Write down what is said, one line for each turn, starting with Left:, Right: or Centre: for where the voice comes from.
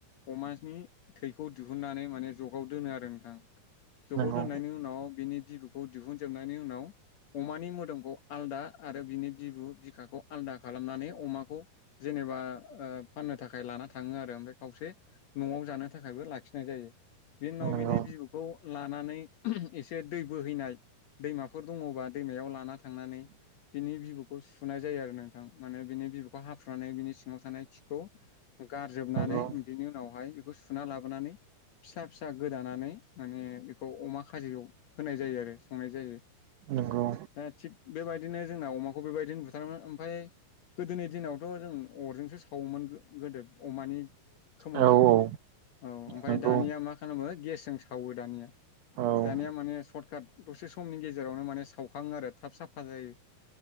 Left: अमानि थैखौ दिहुननानै माने जगाव दोनो आरो नोंथां जगाव
Right: नंगौ
Left: दोननायनि उनाव बिनि बिबौखौ दिहुनजोबनायनि उनाव अमानि मोदोमखौ आलदा आरो बिनि बिबु बिखाखौ आलदा खालामनानै अमाखौ जेनेबा ओ फाननो थाखाय लाना थाङो आरो ओमफ्राय खावसे न'आव जानो थाखायबो लाखिनाय जायो बिनि उनाव
Right: नंगौ
Left: बिनि बिबुखौ लानानै एसे दै बोहैनाय दैमाफोर दङबा दैमायाव लाना थांनानै बिनि बिबु खौ सुफुनाय जायो आरो नोंथां माने बिनि बिबौखौ हाफुनानै बिनि सिङाव थानाय खिखौ- खौ गारजोबनानै
Right: नंगौ
Left: बेनि उनावहाय बेखौ सुना लाबोनानै फिसा फिसा गोदान- नानै माने बेखौ अमा खाजियाव होनाय जायो आरो संनाय जायो
Right: नंगौ
Left: दा थिग बेबायदिनो जोंना अमाखौ बेबायदिनो बुथारोन ओमफाय गोदोनि दिनावथ' जों- अरजोंसो सावोमोन गो गोदो अमानि खोमोनखौ
Right: औ औ
Left: औ ओमफाय
Right: नंगौ
Left: दानिया मा खालामो ओ गेस सावो दानिया
Right: औ
Left: दानिया माने सर्ट काट दसे समनि गेजेरावनो माने खाङो आरो थाब साफा जायो